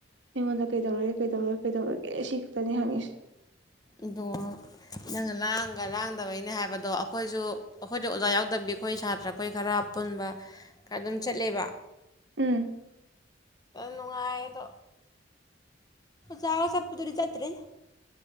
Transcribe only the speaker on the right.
ꯑꯩꯉꯣꯟꯗ ꯀꯩꯗꯧꯔꯒꯦ ꯀꯩ ꯇꯧꯔꯒꯦ ꯀꯩ ꯇꯧꯔꯒꯦ ꯁꯤ ꯈꯛꯇꯅꯤ ꯍꯪꯉꯤꯁꯦ
ꯎꯝ